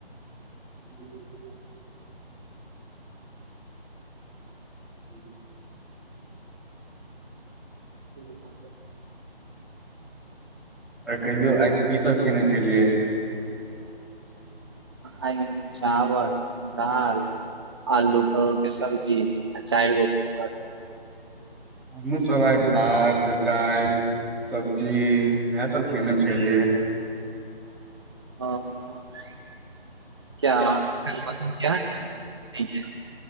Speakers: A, in the centre; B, on the right.
A: ह <unintelligible>
B: <unintelligible>
A: आ कहियो आइ कि सभ खेने छलियै
B: आ चावल दाल आलू परोल के सब्जी आ चारि गो पड़।
A: हमू सभ ई भात दालल सब्जी इएह सभ खयने छल रियै
B: ह ख मश छै